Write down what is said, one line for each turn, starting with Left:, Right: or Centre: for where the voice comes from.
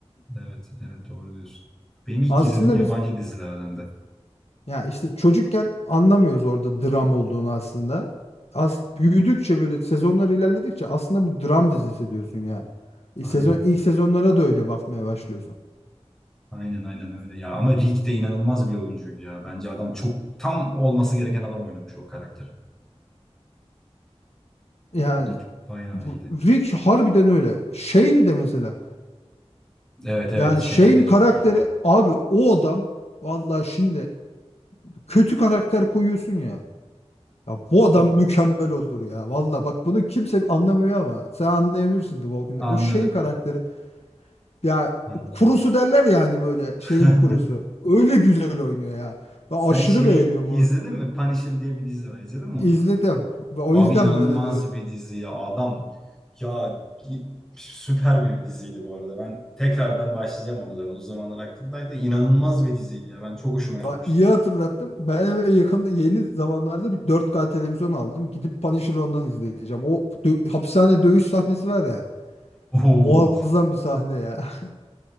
Centre: Evet, evet doğru diyorsun. Benim ilk
Left: Aslında
Centre: izlediğim yabancı
Left: biz
Centre: dizilerden de.
Left: Ya işte çocukken anlamıyoruz orada dram olduğunu aslında. As büyüdükçe böyle sezonlar ilerledikçe aslında bu dram dizisi diyorsun ya. E,
Centre: Aynen.
Left: sezon ilk sezonlara da öyle bakmaya başlıyorsun.
Centre: Aynen aynen öyle ya. Ama Rick de inanılmaz bir oyuncuydu ya. Bence adam çok tam olması gereken adam oynamış o karakteri.
Left: Yani
Centre: Rick bayağı
Left: bu-
Centre: iyiydi.
Left: Rick harbiden öyle. Shane de mesela.
Centre: Evet evet
Left: Yani
Centre: şeyin
Left: Shane
Centre: de çok
Left: karakteri
Centre: iyiydi.
Left: abi o adam vallahi şimdi kötü karakter koyuyorsun ya. Ya bu adam
Centre: <laughs>
Left: mükemmel olur ya. Vallahi bak bunu kimse anlamıyor ama sen anlayabilirsin The Walking
Centre: Anladım.
Left: Dead. O Shane karakteri Ya
Centre: Anladım.
Left: kurusu derler ya hani böyle
Centre: <laughs>
Left: şeyin kurusu. Öyle güzel oynuyor ya. Ben
Centre: Sen
Left: aşırı
Centre: şeyi
Left: beğeniyorum
Centre: izledin
Left: onu.
Centre: mi? Punisher diye bir dizi var. İzledin mi
Left: İzledim.
Centre: onu?
Left: O
Centre: Abi
Left: yüzden
Centre: inanılmaz
Left: böyle diyor.
Centre: bir dizi ya. Adam ya i- süper bir diziydi bu arada. Ben tekrardan başlayacağım ona zaten. O zamanlar aklımdaydı. İnanılmaz bir diziydi ya. Ben çok hoşuma gitmişti.
Left: Bak iyi hatırlattım. Ben eve yakında yeni zamanlarda bir dört k televizyon aldım. Gidip Punisher'ı ondan izleyeceğim. O dö- hapishane dövüş sahnesi var ya.
Centre: Oo.
Left: Muazzam bir sahne ya. <laughs>